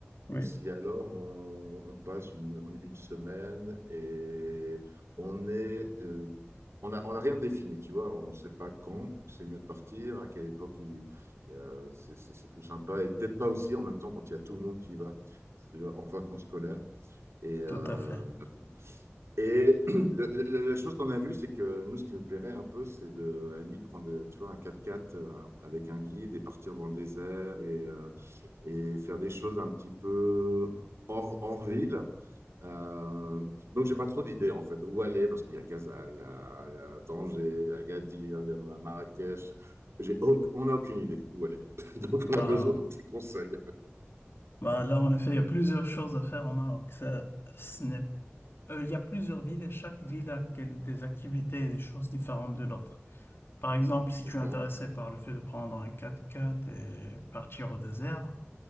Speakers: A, on the left; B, on the right.
A: oui,
B: ou si alors on, on passe une, une semaine et on est, euh, on a, on a rien défini, tu vois, on sait pas quand c'est mieux de partir, à quelle époque il- il y a- c'est c'est- c'est plus sympa, et peut-être pas aussi en même temps quand il y a tout le monde qui y va, c'est-à-dire en vacances scolaires. Et, euh,
A: tout à fait.
B: et <clears throat> le- le- le- la chose qu'on a vue, c'est que nous, ce qui nous plairait un peu, c'est de, à la limite, prendre, tu vois, un quatre quatre euh, avec un guide et partir dans le désert et, euh, et faire des choses un petit peu hors, hors ville. Euh, donc, j'ai pas trop d'idées en fait. Où aller? Parce qu'il y a Casa, il y a, il y a Tanger, il y a Agadir, il y a Marrakech. J'ai auc- on n'a aucune idée où aller. <laughs> Donc,
A: Bah,
B: on a besoin de tes conseils.
A: bah là, en effet, il y a plusieurs choses à faire au Maroc. Ça, ce n'est- euh, il y a plusieurs villes et chaque ville a quel- des activités et des choses différentes de l'autre. Par exemple, si
B: D'accord?
A: tu es intéressé par le fait de prendre un quatre-quatre et partir au désert,